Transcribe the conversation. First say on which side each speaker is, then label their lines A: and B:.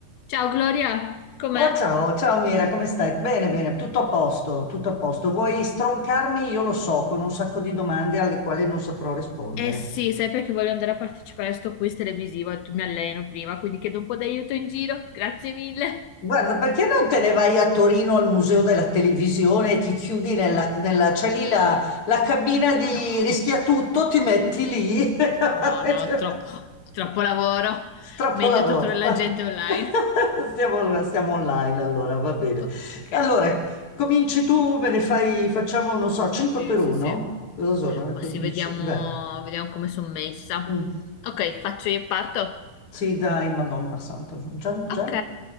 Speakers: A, on the left; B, on the left.
A: Ciao Gloria, com'è?
B: Oh, ciao, ciao Mira, come stai? Bene, bene, tutto a posto, tutto a posto. Vuoi stroncarmi? Io lo so, con un sacco di domande alle quali non saprò rispondere.
A: Eh sì, sai perché voglio andare a partecipare a sto quiz televisivo e tu mi alleno prima, quindi chiedo un po' d'aiuto in giro, grazie mille.
B: Guarda,
A: <laughs>
B: perché non te ne vai a Torino al Museo della Televisione e ti chiudi nella, nella- c'è lì la, la cabina di
A: No,
B: Rischiatutto, ti metti lì <laughs> e
A: no, no,
B: ti-
A: troppo, troppo lavoro.
B: Troppo
A: Meglio
B: lavoro.
A: torturare la gente online.
B: <laughs> Stiamo, stiamo online allora, va bene.
A: Ok,
B: Allora, cominci tu, me ne fai, facciamo, non so, 5
A: sì,
B: per
A: sì,
B: 1?
A: sì.
B: Cosa sono? Le
A: Ma
B: 15?
A: sì, vediamo,
B: Beh,
A: vediamo come sono messa.
B: mm,
A: Ok, faccio io e parto.
B: Sì, dai, Madonna Santa, sono già, già,
A: Ok,